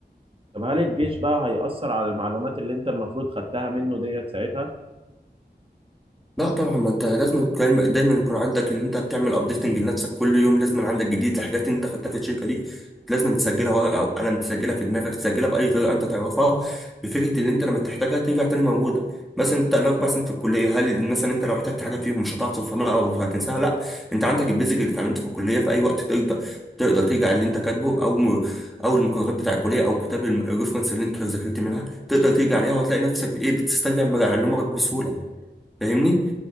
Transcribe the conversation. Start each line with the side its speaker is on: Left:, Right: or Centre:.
Right: طب هل الجيش بقى هيأثر على المعلومات اللي انت المفروض خدتها منه ديت ساعتها
Centre: لا طبعا ما انت لازم دايما دايما يكون عندك ان انت بتعمل ابديتنج لنفسك كل يوم لازم عندك جديد لحاجات انت خدتها في الشركه دي لازم تسجلها ورقه او قلم تسجلها في دماغك تسجلها باي طريقه انت تعرفها بفكره ان انت لما تحتاجها ترجع تاني موجوده مثلا انت الاربع سنين في الكليه هل مثلا انت لو احتجت حاجه فيهم مش هتعرف تفهمها او هتنساها لا انت عندك البيزك اللي اتعلمته في الكليه في اي وقت تقدر تقدر ترجع اللي انت كاتبه او م... او المقررات بتاع الكليه او كتاب الم- الريفرنس اللي انت ذاكرت منها تقدر ترجع عليها وهتلاقي نفسك بايه بتسترجع المعلومه بسهوله فاهمني